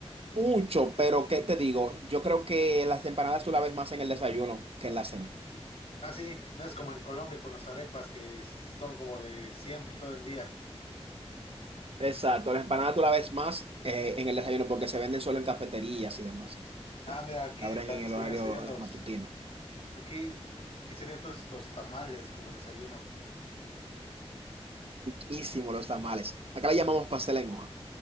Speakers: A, on the right; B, on the left.
A: Mucho, pero ¿qué te digo? Yo creo que las empanadas tú las ves más en el desayuno que en la cena.
B: Ah, sí, no es como en Colombia con las arepas que es- son como de siempre, todo el día.
A: Exacto, las empanadas tú las ves más eh, en el desayuno porque se venden solo en cafeterías y demás.
B: Ah, mira, aquí
A: Abren
B: para
A: en
B: el desayuno
A: el horario
B: serían
A: eh,
B: los.
A: matutino.
B: Aquí, aquí serían entonces los tamales como desayuno.
A: Riquísimo los tamales. Acá le llamamos pastel en hoja.